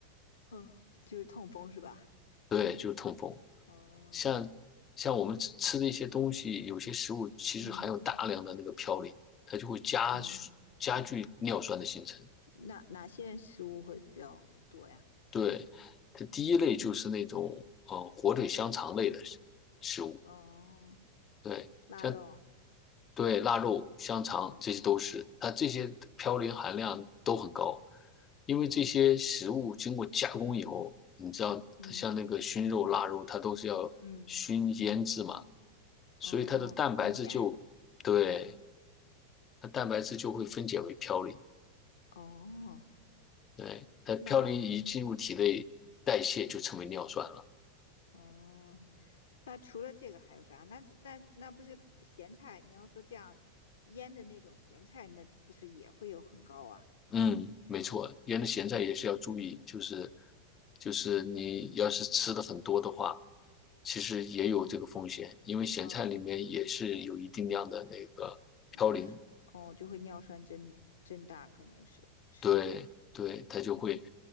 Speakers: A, on the left (about 65°); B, on the left (about 25°).
A: 哦，就是痛风是吧？
B: 对，就是痛风。
A: 哦，
B: 像像我们吃吃的一些东西，有些食物其实含有大量的那个嘌呤，
A: 嗯
B: 它就会加
A: 嗯，
B: 加剧尿酸的形成。
A: 哪哪些食物会比较多呀？
B: 对，它第一类就是那种呃火腿香肠类的食食物，
A: 哦，
B: 对，
A: 腊肉，
B: 像对腊肉、香肠这些都是，
A: 哦
B: 它这些嘌呤含量都很高，因为这些食物经过加工以后，
A: 哦，
B: 你知道它像那个熏肉、
A: 嗯
B: 腊肉，它都是要熏腌制嘛，
A: 嗯，哦，
B: 所以它的蛋白质就对
A: 用盐可能是，
B: 它蛋白质就会分解为嘌呤，
A: 哦，
B: 对，它嘌呤一进入体内代谢就成为尿酸了。
A: 那嗯哦，那除了这个还有啥？那那那不是咸菜？你要说这样腌的那种咸菜，那不是也会有很高啊？
B: 嗯，没错，原来咸菜也是要注意，就是就是你要是吃的很多的话，其实也有这个风险，因为咸菜里面也是有一定量的那个嘌呤
A: 哦，尿酸，哦，就会尿酸增增大，可能是是，
B: 对对，它就会，
A: 嗯